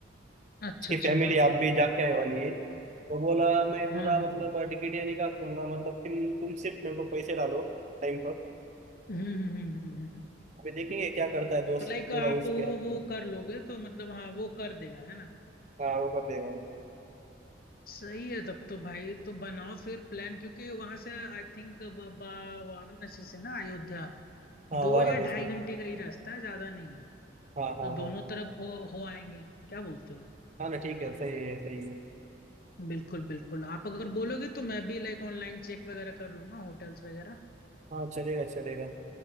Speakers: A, on the left; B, on the right.
A: अच्छा
B: उसकी
A: अच्छा
B: फैमिली
A: हाँ हाँ
B: आप भी जाके आए वाली है तो बोला मैं पूरा
A: हाँ हाँ हाँ
B: मतलब
A: हम्म
B: टिकट ये निकाल दूंगा मतलब तुम तुम सिर्फ मेरे को पैसे डालो टाइम पर
A: हम्म हम्म हम्म हम्म। हम्म।
B: अभी देखेंगे क्या करता है दोस्त
A: तो लाइक
B: पूरा
A: आप
B: उसके
A: वो
B: हाथ
A: वो
B: में
A: कर लोगे तो मतलब हाँ वो कर देगा है ना
B: हाँ वो कर देगा वो
A: सही है तब तो भाई तो बनाओ फिर प्लान क्योंकि वहां से आई थिंक वाराणसी से ना अयोध्या
B: हाँ
A: दो
B: वाराणसी
A: या ढाई घंटे का ही रास्ता है ज्यादा नहीं है
B: हाँ हाँ
A: तो
B: हाँ
A: दोनों तरफ हो हो आएंगे क्या बोलते हो
B: हाँ ना ठीक है सही है सही है
A: बिल्कुल बिल्कुल आप अगर बोलोगे तो मैं भी लाइक ऑनलाइन चेक वगैरह कर लूंगा होटल्स वगैरह
B: हाँ चलेगा चलेगा